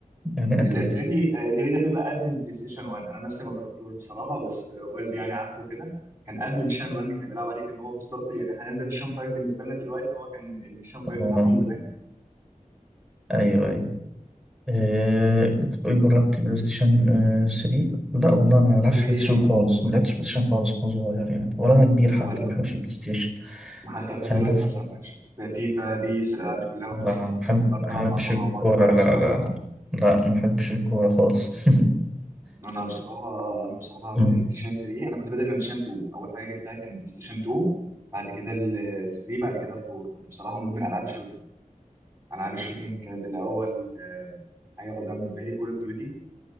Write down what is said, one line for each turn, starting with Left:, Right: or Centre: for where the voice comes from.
Centre: يعني إيه أتاري؟
Right: الاتاري الاتاري ده بيبقى قبل البلاي ستيشن 1 انا نفسي ما جربتوش بصراحه بس آه، والدي يعني عارفه كده كان قبل البلايستيشن 1 كان بيلعب عليه كان هو بالظبط يعني هنزل البلايستيشن 5 بالنسبه لنا دلوقتي هو كان البلايستيشن 5
Centre: آه.
Right: بتاعهم زمان
Centre: ايوه ايوه أه بتقولي جربت بلاي ستيشن آه، 3 لا والله انا ما بلعبش
Right: 3
Centre: بلاي ستيشن خالص ما لعبتش بلاي ستيشن خالص وانا صغير يعني ولا انا كبير حتى
Right: ولا
Centre: ما بحبش البلاي ستيشن
Right: حتى لحد
Centre: عشان
Right: دلوقتي
Centre: انا بعرف-
Right: مثلا ما عادش في فيفا بيس الالعاب دي كلها ما
Centre: ما
Right: بتروحش مثلا السايبر
Centre: بحب
Right: تلعب
Centre: ما بحبش
Right: مع صحابك
Centre: الكوره
Right: الكلام
Centre: لا
Right: ده كله
Centre: لا لا لا ما بحبش الكوره خالص <laughs>
Right: انا بصراحه انا بصراحه
Centre: أمم.
Right: يعني بلايستيشن 3 انا كنت بادئ من بلايستيشن 2 اول حاجه جبتها كان بلايستيشن 2 بعد كده ال 3 بعد كده ال 4 كنت بصراحه مدمن العاب الشوتنج العاب الشوتينج كانت الاول آه، حاجه فظيعه بالنسبه لي كول اوف ديوتي